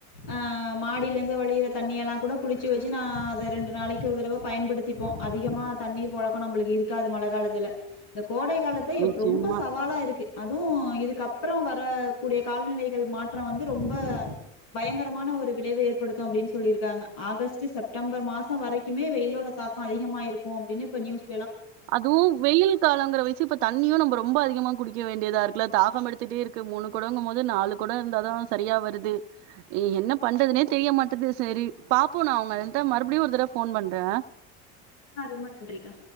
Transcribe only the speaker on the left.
ஆ மாடியில இருந்து வழியற தண்ணி எல்லா கூட புடிச்சு வச்சு நா அத ரெண்டு நாளைக்கு ஒரு தடவ பயன்படுத்திப்போ அதிகமா தண்ணீர் பழக்க நம்மளுக்கு இருக்காது மழ காலத்துல இந்த கோடை காலத்த
ரொம்ப சவாலா இருக்கு அ அதுவு இதுக்கப்புற வரக்கூடிய காலநிலைகள் மாற்ற வந்து ரொம்ப பயங்கரமான ஒரு விளைவ ஏற்படுத்து அப்படின்னு சொல்லிருக்காங்க ஆகஸ்ட் செப்டம்பர் மாசம் வரைக்குமே வெயிலோட தாக்க அதிகமா இருக்கு அப்படின்னு இப்ப நியூஸ்
ஆ ரொம்ப நன்றிக்கா